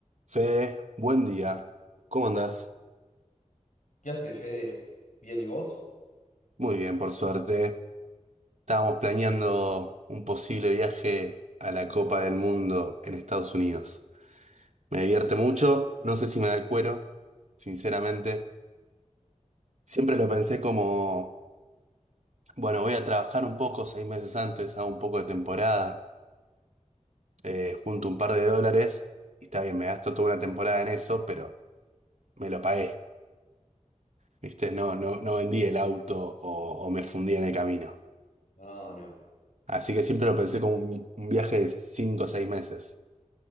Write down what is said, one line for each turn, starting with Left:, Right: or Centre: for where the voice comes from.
Right: Fede, buen día. ¿Cómo andás?
Left: ¿Qué hace, Fede? ¿Bien y vos?
Right: Muy bien, por suerte. Estábamos planeando un posible viaje a la Copa del Mundo en Estados Unidos. Me divierte mucho, no sé si me da el cuero, sinceramente. Siempre lo pensé como, bueno, voy a trabajar un poco seis meses antes, hago un poco de temporada, eh, junto un par de dólares, y está bien, me gasto toda una temporada en eso, pero me lo pagué. ¿Viste? No, no, no vendí el auto o o me fundí en el camino.
Left: No, no.
Right: Así que siempre lo pensé como un, un viaje de 5 o 6 meses.